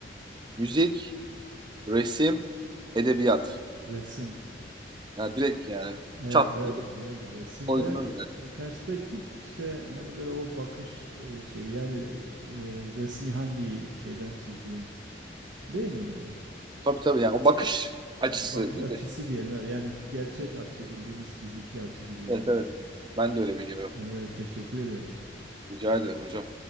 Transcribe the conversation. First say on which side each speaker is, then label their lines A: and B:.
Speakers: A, on the right; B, on the right.
A: müzik, resim, edebiyat.
B: Resim.
A: Yani direkt yani
B: Evet
A: çat
B: evet
A: diye
B: biliyorum. Resimde
A: koydunuz yani.
B: e, perspektif işte hani böyle o bakış e, şey yani e, resmi hangi şeyden çizdiğin değil mi yani?
A: Tabii tabii yani o bakış
B: E,
A: açısı
B: Bakış
A: gibi.
B: açısı diyelim. evet. Yani gerçek açı, bildiğimiz fiziki açı gibi yani.
A: Evet evet. Ben de öyle biliyorum.
B: Evet, teşekkür ederim.
A: Rica ederim hocam.